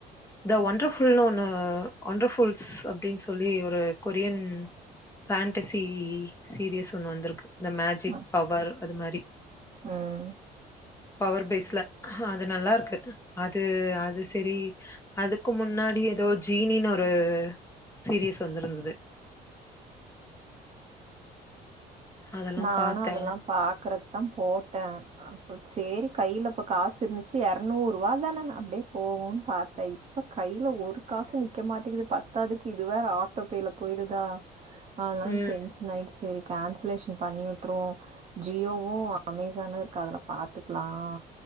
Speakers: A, on the left; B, on the right.
A: த ஒண்டர்புல்னு ஒன்னு த ஒண்டர்புல்ஸ் அப்படின்னு சொல்லி ஒரு கொரியன் பாண்டசி சீரியஸ் ஒண்ணு வந்திருக்கு த மேஜிக்
B: ம்
A: பவர் அது மாரி
B: ம்
A: பவர் பேஸ்ல அது நல்லா இருக்கு அது அது சரி அதுக்கு முன்னாடி ஏதோ ஜீனின்னு ஒரு சீரியஸ் வந்திருந்தது அதெல்லாம்
B: நானும்
A: பார்த்தேன்.
B: அதெல்லாம் பாக்குறக்கு தான் போட்டேன் ஆ சேரி கையில இப்ப காசு இருந்துச்சு இரநூறு ரூவ தான நே அப்படியே போகும்ன்னு பாரத்தேன் இப்ப கையில ஒரு காசு நிக்க மாட்டேங்குது பத்தாதுக்கு இது வேற ஆட்டோபேல போயிருதா அதுநால
A: ம்.
B: டென்ஷன் ஆயிச்சு சரி கான்சலேஷன் பண்ணிவிட்டுருவோம் ஜியோவும் அமேசானும் இருக்கு அதுல பாத்துக்கலாம்